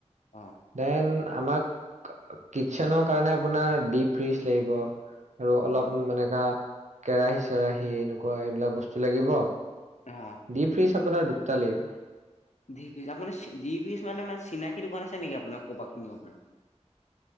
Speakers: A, on the left; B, on the right.
A: অ
B: দেন আমাক কিটচেনৰ কাৰণে আপোনাৰ ডিপ ফ্ৰিজ লাগিব। আৰু অলপ
A: অ
B: এনেকা কেৰাহী চেৰাহী এনেকুৱা এইবিলাক বস্তু লাগিব।
A: অ
B: ডিপ ফ্ৰিজ আপোনাৰ দুটা লাগিব।
A: ডিপ ফ্ৰিচ আপোনাৰ দিপ ফ্ৰিচ মানে- মানে চিনাকি দোকান আছে নেকি আপোনাৰ ক'পা কিনিব পৰা। <inaudible>